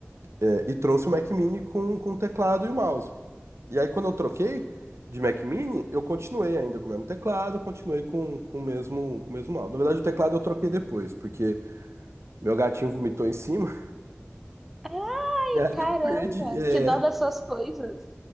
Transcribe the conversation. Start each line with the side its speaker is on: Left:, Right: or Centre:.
Right: é, e trouxe o Mac Mini com, com o teclado e o mouse. E aí, quando eu troquei de Mac Mini, eu continuei ainda com o mesmo teclado, continuei com, com o mesmo, com o mesmo mouse. Na verdade, o teclado eu troquei depois, porque meu gatinho vomitou em cima,
Centre: Ai,
Right: <laughs> e aí
Centre: caramba,
Right: eu perdi. É,
Centre: que dó das suas coisas.